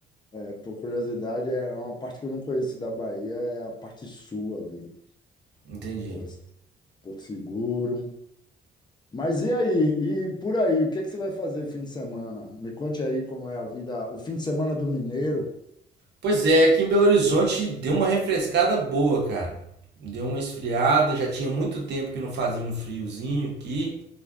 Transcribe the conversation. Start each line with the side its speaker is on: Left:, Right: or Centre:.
Left: É, por curiosidade, é uma parte que eu não conheço da Bahia, é a parte sul ali,
Right: Entendi.
Left: Porto, Porto Seguro. Mas e aí? E por aí, o que é que você vai fazer fim de semana? Me conte aí como é a vida, o fim de semana do mineiro.
Right: Pois é, aqui em Belo Horizonte deu uma refrescada boa, cara. Deu uma esfriada, já tinha muito tempo que não fazia um friozinho aqui.